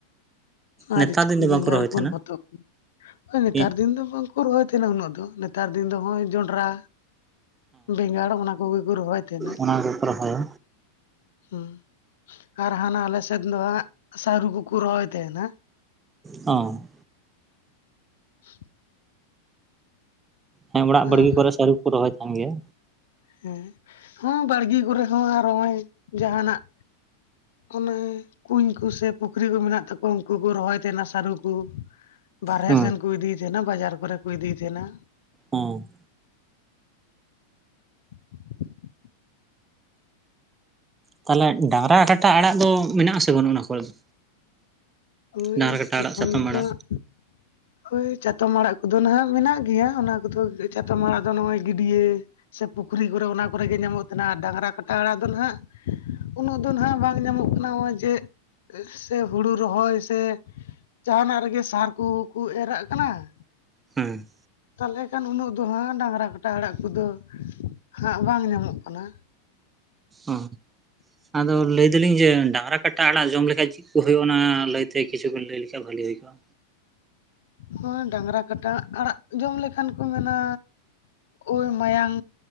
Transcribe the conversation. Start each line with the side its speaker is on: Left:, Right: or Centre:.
Left: ᱢᱟᱹᱨᱤᱪ
Right: ᱱᱮᱛᱟᱨ
Left: ᱠᱚ,
Right: ᱫᱤᱱ ᱫᱚ
Left: ᱵᱮᱸᱜᱟᱲ
Right: ᱵᱟᱝᱠᱚ ᱨᱚᱦᱚᱭ
Left: ᱠᱚ,
Right: ᱛᱟᱦᱮᱱᱟ
Left: ᱚᱱᱟ ᱦᱚᱛᱚᱜ ᱠᱚ᱾ ᱱᱮᱛᱟᱨ
Right: ᱦᱮᱸ
Left: ᱫᱤᱱ ᱫᱚ ᱵᱟᱝᱠᱚ ᱨᱚᱦᱚᱭ ᱛᱟᱦᱮᱱᱟ ᱩᱱᱟᱹᱜ ᱫᱚ᱾ ᱱᱮᱛᱟᱨ ᱫᱤᱱ ᱦᱚᱸᱜ-ᱚᱭ ᱡᱚᱱ ᱰᱨᱟ, ᱵᱮᱸᱜᱟᱲ ᱚᱱᱟ ᱠᱚᱜᱮ ᱠᱚ ᱨᱚᱦᱚᱭ ᱛᱟᱦᱮᱱᱟ᱾
Right: ᱚᱱᱟ ᱠᱚᱠᱚ ᱨᱚᱦᱚᱭᱟ
Left: ᱦᱩᱸ᱾ ᱟᱨ ᱦᱟᱱᱟ ᱟᱞᱮ ᱥᱮᱫ ᱨᱮᱱᱟᱜ ᱥᱟᱹᱨᱩ ᱠᱚᱠᱚ ᱨᱚᱦᱚᱭ ᱛᱟᱦᱮᱱᱟ᱾
Right: ᱚ᱾
Left: <inaudible>
Right: ᱦᱮᱸ ᱚᱲᱟᱜ ᱵᱟᱲᱜᱮ
Left: ᱟᱨ
Right: ᱠᱚᱨᱮ ᱥᱟᱹᱨᱩ ᱠᱚᱠᱚ ᱨᱚᱦᱚᱭ ᱛᱟᱦᱮᱱ ᱜᱮᱭᱟ᱾
Left: ᱦᱮ᱾ᱸ ᱦᱚᱸ ᱵᱟᱲᱜᱮ ᱠᱚᱨᱮ ᱦᱚᱸ ᱟᱨ ᱦᱚᱸᱜᱼᱚᱭ ᱡᱟᱦᱟᱱᱟᱜ᱾ ᱚᱱᱟ ᱠᱩᱧ ᱠᱚ ᱥᱮ ᱯᱩᱠᱷᱨᱤ ᱠᱚ ᱢᱮᱱᱟᱜ ᱛᱟᱠᱩᱣᱟ, ᱩᱱᱠᱩ ᱠᱚ ᱨᱚᱦᱚᱭ ᱛᱟᱦᱮᱸᱱᱟ ᱥᱟᱨᱩ ᱠᱩ ᱵᱟᱨᱦᱮ
Right: ᱦᱮᱸ
Left: ᱥᱮᱱ ᱠᱚ ᱤᱫᱤ ᱛᱟᱦᱮᱱᱟ ᱵᱟᱡᱟᱨ ᱠᱚᱨᱮ ᱠᱚ ᱤᱫᱤ ᱛᱟᱦᱮᱱᱟ᱾
Right: ᱦᱩᱸ᱾
Left: <inaudible>
Right: ᱛᱟᱦᱚᱞᱮ ᱰᱟᱝᱨᱟ ᱠᱟᱴᱟ ᱟᱲᱟᱜ ᱫᱚ ᱢᱮᱱᱟᱜ ᱟᱥᱮ ᱵᱟᱹᱱᱩᱜᱼᱟ ᱚᱱᱟ ᱠᱚᱨᱮ ᱫᱚ?
Left: ᱳᱭ
Right: ᱰᱟᱝᱨᱟ ᱠᱟᱴᱟ ᱟᱲᱟᱜ
Left: ᱮᱠᱷᱚᱱ
Right: ᱥᱟᱛᱟᱢ
Left: ᱫᱚ
Right: ᱟᱲᱟᱜ
Left: ᱵᱟᱸᱜ᱾ ᱳᱭ ᱪᱟᱛᱚᱢ ᱟᱲᱟᱜ ᱠᱚᱫᱚ ᱱᱟᱦᱟᱜ ᱢᱮᱱᱟᱜ ᱜᱮᱭᱟ, ᱚᱱᱟ ᱠᱚᱫᱚ ᱪᱟᱛᱚᱢ ᱟᱲᱟᱜ ᱫᱚ ᱱᱚᱜ-ᱚᱭ ᱜᱤᱰᱭᱟᱹ ᱥᱮ ᱯᱩᱠᱷᱨᱤ ᱠᱚᱨᱮ, ᱚᱱᱟ ᱠᱚᱨᱮ ᱜᱮ ᱧᱟᱢᱚᱜ ᱠᱟᱱᱟ ᱟᱨ ᱰᱟᱝᱨᱟ ᱠᱟᱴᱟ ᱟᱲᱟᱜ ᱫᱚ ᱱᱟᱦᱟᱜ ᱩᱱᱟᱹᱜ ᱫᱚ ᱱᱟᱦᱟᱜ ᱵᱟᱝ ᱧᱟᱢᱚᱜ ᱠᱟᱱᱟ ᱦᱚᱸᱜᱼᱚᱭ ᱡᱮ ᱥᱮ ᱦᱩᱲᱩ ᱨᱚᱦᱚᱭ᱾ ᱥᱮ ᱡᱟᱦᱟᱱᱟᱜ ᱨᱮᱜᱮ ᱥᱟᱨ ᱠᱩᱠᱩ ᱮᱨᱟᱜ ᱠᱟᱱᱟ᱾
Right: ᱦᱩᱸ
Left: ᱛᱟᱦᱚᱞᱮ ᱠᱷᱟᱱ ᱩᱱᱟᱹᱜ ᱫᱚ ᱦᱟᱸᱜ ᱰᱟᱝᱨᱟ ᱠᱟᱴᱟ ᱟᱲᱟᱜ ᱠᱚᱫᱚ ᱦᱟᱸᱜ ᱵᱟᱝ ᱧᱟᱢᱚᱜ ᱠᱟᱱᱟ᱾
Right: ᱚ ᱟᱫᱚ ᱞᱟᱹᱭ ᱫᱟᱞᱤᱧ ᱡᱮ ᱰᱟᱝᱨᱟ ᱠᱟᱴᱟ ᱟᱲᱟᱜ ᱡᱚᱢ ᱞᱮᱠᱷᱟᱡ ᱦᱩᱭᱩᱜ ᱚᱱᱟ ᱞᱟᱹᱭᱛᱮ ᱠᱤᱪᱷᱩ ᱵᱤᱱ ᱞᱟᱹᱭ ᱞᱮᱠᱷᱟᱡ ᱵᱷᱟᱹᱞᱤ ᱦᱩᱭ ᱠᱚᱜᱼᱟ᱾
Left: ᱦᱚᱭ ᱰᱟᱝᱨᱟ ᱠᱟᱴᱟ ᱟᱲᱟᱜ ᱡᱚᱢ ᱞᱮᱠᱷᱟᱱ ᱠᱚ ᱢᱮᱱᱟ ᱳᱭ ᱢᱟᱭᱟᱝ